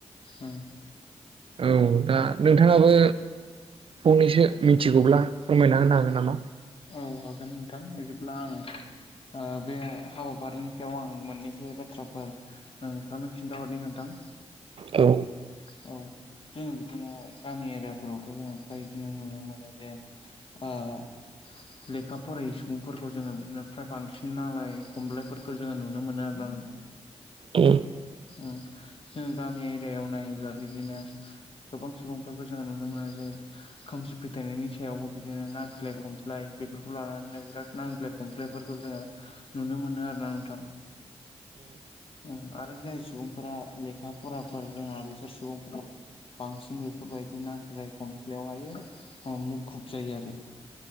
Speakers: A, on the left (about 50°); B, on the right (about 50°).
A: उम
B: औ दा नोंथाङाबो फंनैसो मिथिगौब्ला फोरमायना होनो हागोन नामा?
A: बुंलांगोन नोंथां बिदिब्ला आं ओ बे हाबाफारिनि सायाव आं मोननैसो बाथ्राफोर नोंथांनो खिन्थाहरनि नोंथां। <unintelligible>
B: औ
A: औ जोङो बिदिनो गामि एरियाफोरावथ' जोङो फ्राय बिदिनो नुनो मोनो जे ओ औ <inaudible> लेखा फरायै सुबुंफोरखौ जोङो बिदिनो फ्राय बांसिन नांलाय खमलायफोरखौ जोङो नुनो मोनो आरोना नोंथां।
B: उम
A: ओं जोङो गामि एरियायाव नायोब्ला बिदिनो गोबां सुबुंफोरखौ जोङो नुनो मोनो जे खोमसि फोथायनायनि सायावबो बिदिनो नांज्लाय खमस्लाय बेफोरखौ लानानैनो बिराद नांज्लाय खमज्लायफोरखौ जोङो नुनो मोनो आरोना नोंथां। ओं आरो जाय सुबुंफोरा लेखा फराफोर रोङा बिसोर सुबुं फोर बांसिन बेफोरबायदि नांज्लाय खमज्लायावहाय मुखुब जायो आरो।